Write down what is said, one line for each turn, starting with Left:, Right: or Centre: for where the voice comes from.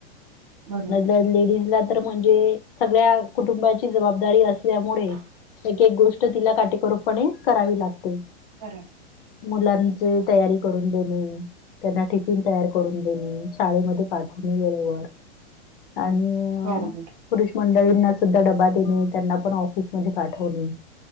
Right: बरोबर
Left: लेडीज ला तर म्हणजे सगळ्या कुटुंबाची जबाबदारी असल्यामुळे एक एक गोष्ट तिला काटेकोरपणे करावी लागते.
Right: करा.
Left: मुलांची तयारी करून देणे. त्यांना टिफिन तयार करून देणे शाळेमध्ये पाठवणे वेळेवर आणि
Right: बरोबर
Left: पुरुष मंडळींना सुद्धा डबा देणे त्यांना पण ऑफिसमध्ये पाठवणे.